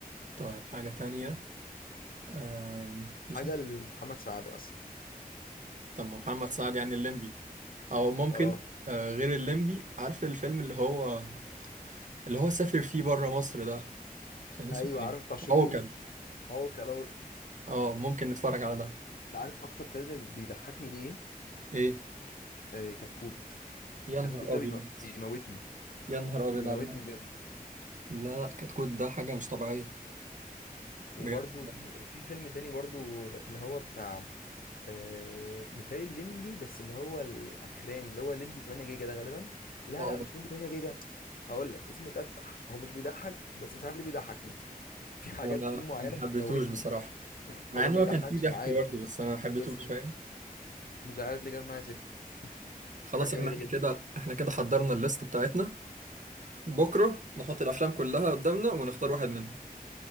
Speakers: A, on the right; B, on the left.
A: طيب حاجه تانية آم،
B: حاجه
A: مش عارف.
B: لمحمد سعد بس
A: طب ما محمد سعد يعني الليمبي او ممكن
B: اه
A: آه غير الليمبي عارف الفيلم اللي هو اللي هو سافر فيه بره مصر ده كان اسمه
B: ايوه
A: ايه
B: عارف بتاع شروق
A: عوكل
B: هو كلاوك
A: اه ممكن نتفرج على ده
B: انت عارف اكتر فيلم بيضحكني ليه
A: ايه
B: آه كتكوت
A: يا
B: كتكوت
A: نهار
B: ده
A: ابيض
B: بيم... بيموتني
A: يا نهار ابيض
B: بيموتني
A: على ده
B: بجد
A: لا لا كتكوت ده حاجه مش طبيعيه
B: وبرده
A: بجد
B: في في فيلم تاني برضو اللي هو بتاع آه متهيألي الليمبي بس اللي هو الاخراني اللي هو ليمبي 8 جيجا ده غالبا لا
A: اه
B: لا مش ليمبي 8 جيجا هقول لك اسمه تتح هو مش بيضحك بس مش عارف ليه بيضحكني <laughs> في حاجات
A: انا
B: فيه معينه
A: ما
B: بتموتني
A: حبيتهوش بصراحه مع
B: هو
A: ان
B: ما
A: هو
B: يضحكش
A: كان فيه ضحك
B: انا عارف
A: برضه بس انا ما حبيتهوش
B: بس م-
A: فاهم
B: مش عارف ليه جاب معايا سكه
A: خلاص
B: حاجه
A: يا
B: غريبه
A: عم احنا
B: جدا
A: كده احنا كده حضرنا الليست بتاعتنا بكره نحط الافلام كلها قدامنا ونختار واحد منهم